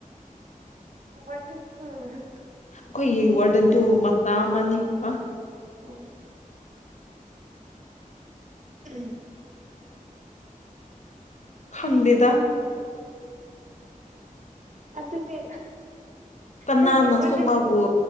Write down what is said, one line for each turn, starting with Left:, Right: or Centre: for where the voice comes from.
Right: unintelligible
Left: ꯑꯩꯈꯣꯏꯒꯤ ꯋꯥꯔꯗꯟꯗꯨ ꯃꯇꯥ ꯑꯃꯅꯤ ꯑ꯫
Right: ꯑꯣ ꯎꯝ
Left: ꯈꯪꯗꯦꯗ
Right: ꯑꯗꯨꯗꯤ
Left: ꯀꯅꯥꯅꯁꯨ
Right: ꯅꯪꯒꯤ ꯋꯥꯔꯗꯦꯟ
Left: ꯃꯥꯕꯨ